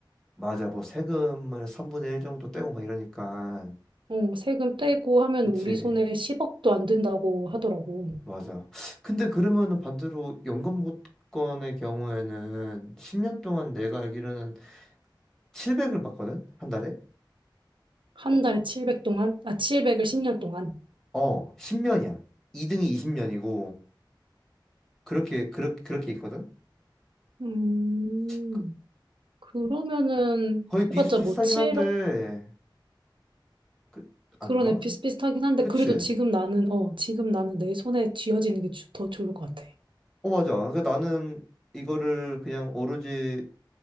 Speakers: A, in the centre; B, on the right.
A: 맞아. 뭐 세금을 3분의 1 정도 떼고 막 이러니까.
B: 어, 세금 떼고 하면
A: 그치.
B: 우리 손에 10억도 안 든다고 하더라고.
A: 맞아. 근데 그러면은 반대로 연금보건의 경우에는 10년 동안 내가 알기로는 700을 받거든? 한 달에?
B: 한 달에 700 동안? 아, 700을 10년 동안.
A: 어, 10년이야. 2등이 20년이고, 그렇게, 그렇게, 그렇게 있거든?
B: 음.
A: 그,
B: 그러면은
A: 거의 비슷비슷하긴
B: 해봤자 뭐 7억
A: 한데, 그, 아닌가?
B: 그런 애 비슷비슷하긴 한데
A: 그치.
B: 그래도 지금 나는 어 지금 나는 내 손에 쥐어지는 게 더 좋을 것 같아.
A: 어, 맞아. 그러니까 나는 이거를 그냥 오로지